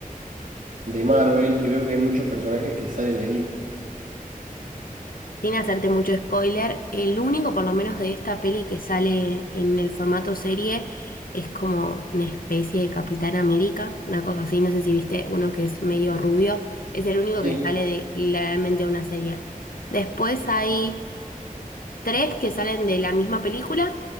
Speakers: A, on the right; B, on the left.
A: de Marvel y veo que hay muchos personajes que salen de ahí.
B: Sin hacerte mucho spoiler, el único, por lo menos de esta peli que sale en el formato serie, es como una especie de Capitán América, una cosa así, no sé si viste uno que es medio rubio, es el único
A: Sí,
B: que sale de literalmente una serie. Después hay tres que salen de la misma película